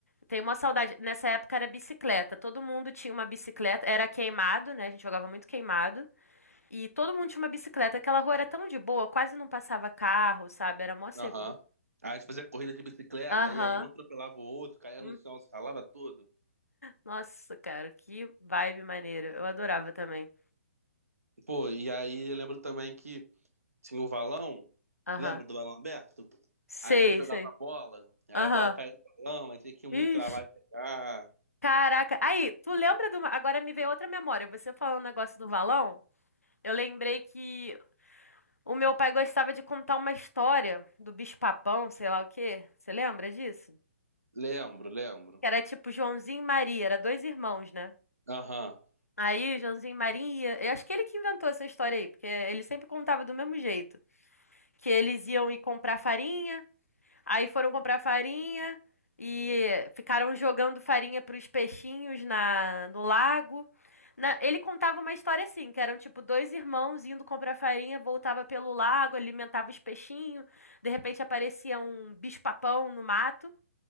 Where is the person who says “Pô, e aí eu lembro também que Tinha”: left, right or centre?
Right